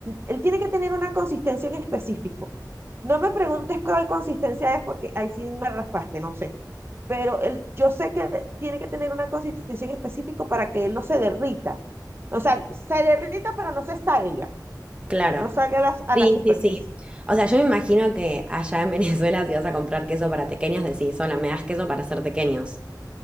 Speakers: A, on the right (about 35°); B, on the right (about 15°).
A: él tiene que tener una consistencia en específico. No me preguntes cuál consistencia es porque ahí sí me raspaste, no sé. Pero él, yo sé que tiene que tener una consistencia en específico para que él no se derrita. O sea, se derrita, pero no se salga,
B: Claro.
A: no salga a la, a
B: Sí,
A: la superficie.
B: sí, sí. O sea, yo me imagino que allá en <laughs> Venezuela si vas a comprar queso para tequeños, decís, sola, me das queso para hacer tequeños.